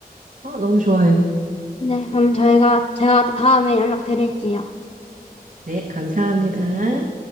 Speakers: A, on the right; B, on the left.
A: 어, 너무 좋아요.
B: 네, 그럼 저희가 제가 또 다음에 연락드릴게요.
A: 네, 감사합니다.